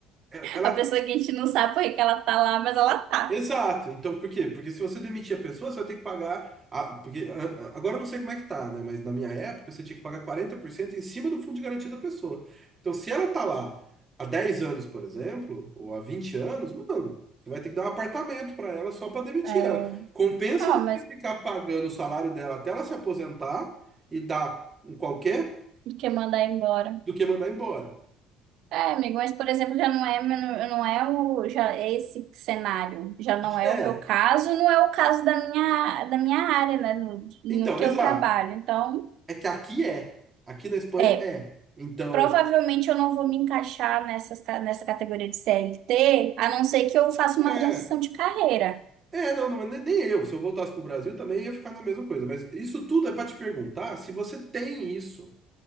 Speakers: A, on the right; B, on the right.
A: Ela, ela-
B: a pessoa que a gente não sabe por que que ela tá lá, mas ela tá.
A: exato. Então, por quê? Porque se você demitir a pessoa, você vai ter que pagar. a- porque a- a- agora eu não sei como é que tá, né? Mas na minha época, você tinha que pagar 40% em cima do fundo de garantia da pessoa. Então, se ela tá lá há 10 anos, por exemplo, ou há 20 anos, mano, você vai ter que dar um apartamento para ela só para demitir
B: É.
A: ela. Compensa
B: Ó,
A: você
B: mas
A: ficar pagando o salário dela até ela se aposentar e dar um qualquer
B: quer mandar embora.
A: do que mandar embora.
B: É, amigo, mas por exemplo, já não é, não é o, já é esse cenário, já não é
A: É,
B: o meu caso, não é o caso da minha, da minha área, né, no, no
A: então,
B: que
A: exato.
B: eu trabalho. Então,
A: É que aqui é. Aqui na Espanha
B: é,
A: é. Então,
B: provavelmente eu não vou me encaixar nessas, ca- nessa categoria de CLT, a não ser que eu faça
A: é.
B: uma transição de carreira.
A: É, não, não, nem nem eu. Se eu voltasse pro Brasil também ia ficar na mesma coisa. Mas isso tudo é para te perguntar se você tem isso